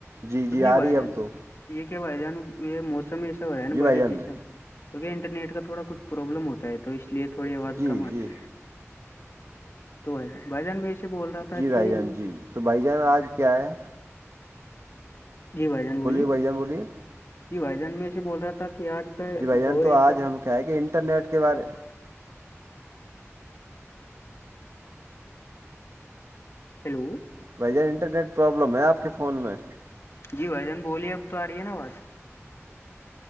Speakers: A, on the right; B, on the left.
A: جی جی
B: کچھ نہیں
A: آ
B: بھائی
A: رہی ہے
B: جان
A: اب تو
B: یہ کیا بھائی جان یہ موسم ایسا ہو رہا ہے نا
A: جی
B: بارش
A: بھائی جان
B: جیسا تو کیا انٹرنیٹ کا تھوڑا کچھ پرابلم ہوتا ہے تو اس لیئے تھوڑی آواز
A: جی
B: کم آتی
A: جی
B: ہے تو بھائی جان میں سے بول رہا تھا
A: جی
B: کہ
A: بھائی جان جی تو بھائی جان آج کیا ہے
B: جی بھائی جان بولیے
A: بھائی جان بولیے
B: جی بھائی جان میںے بول رہا تھا کہ آج کا
A: جی بھائی جان
B: دو
A: تو
B: رست
A: آج ہم کیا ہے کہ انٹرنیٹ کے بارے
B: ہیلو
A: بھ جان انٹرنیٹ پرابلم ہے آپ کے فون میں
B: جی بھ جان بولیے اب تو آ رہی ہے نا آاز